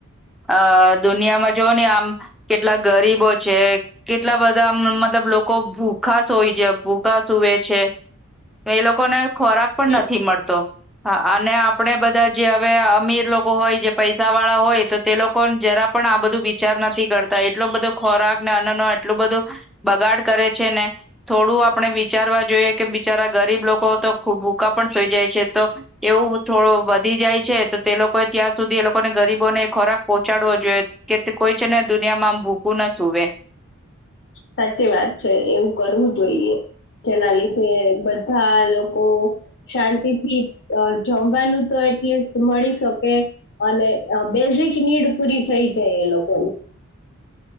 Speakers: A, in the centre; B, on the left (about 55°).
A: અ દુનિયામાં જોવ ને આમ કેટલા ગરીબો છે કેટલા બધા મતલબ લોકો ભૂખા શુય જ ભૂખા સુવે છે એ લોકોને ખોરાક પણ
B: હમ
A: નથી મળતો અને આપડે બધા જે હવે અમીર લોકો હોય જે પૈસા વાળા હોય તો તે લોકો જરા પણ આ બધું વિચાર નથી કરતા એટલો બધો ખોરાક ને અન્ન ન એટલું બધું બગાડ કરે છે ને થોડું આપણે વિચારવા જોઈએ કે બિચારા ગરીબ લોકો તો ખૂબ ભૂકા પણ સુઈ જાય છે તો એવું થોડું વધી જાય છે તો તે લોકોએ ત્યાં સુધી એ લોકોને ગરીબોને ખોરાક પહોચાડવો જોઈએ કે કોઈ છે ને દુનિયામાં આમ ભૂકું ના સુવે
B: સાચી વાત છે એવું કરવું જોઈએ જેના લીધે બધા લોકો કો શાંતિથી અ જમવાનું તો એટલીસ્ટ મળી શકે અને અ બેઝિક નીડ પુરી થઈ જાય એ લોકો